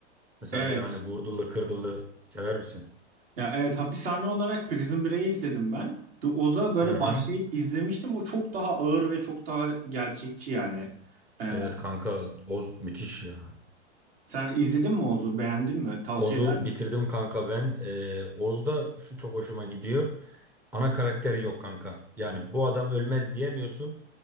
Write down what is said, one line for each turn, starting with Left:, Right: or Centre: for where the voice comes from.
Centre: Mesela
Right: Evet.
Centre: böyle hani vurdulu kırdılı sever misin?
Right: Ya evet hapishane olarak Prison Break'i izledim ben. The Oz'a böyle
Centre: Hı hı.
Right: başlayıp izlemiştim. O çok daha ağır ve çok daha gerçekçi yani. Ee,
Centre: Evet kanka Oz müthiş ya.
Right: sen izledin mi Oz'u? Beğendin mi? Tavsiye
Centre: Oz'u
Right: eder misin?
Centre: bitirdim kanka ben. Ee, Oz'da şu çok hoşuma gidiyor. Ana karakter yok kanka. Yani bu adam ölmez diyemiyorsun.